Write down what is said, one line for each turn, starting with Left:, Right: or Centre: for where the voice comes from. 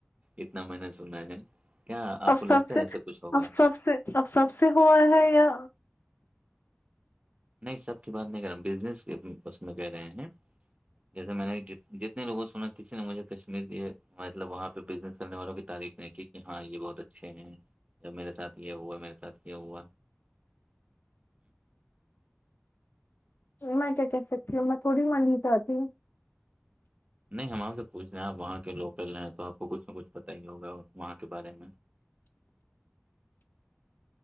Right: اتنا میں نے سنا ہے کیا آپ
Left: اب
Right: کو
Left: سب
Right: لگتا
Left: سے
Right: ہے ایسا کچھ ہوگا
Left: اب سب سے اب سب سے ہوا ہے یا
Right: نہیں سب کی بات نہیں کر رہا بزنس اس میں کہہ رہے ہیں جیسے میں نے جتنے لوگوں سنا کسی نے مجھے کشمیر کی مطلب وہاں پہ بزنس کرنے والوں کی تعف نہیں کی کہ ہاں یہ بہت اچھے ہیں جب میرے ساتھ یہ ہوا میرے ساتھ یہ ہوا
Left: میں کیا کہ سکتی ہوں میں تھوڑی منڈنی جاتتی ہوں
Right: نہیں ہم آپ سے پوچھ رہے ہیں آپ وہاں کے لوکل ہیں تو آپ کو کچھ نہ کچھ پتاہ ہی ہوگا وہاں کے بارے میں
Left: <inaudible>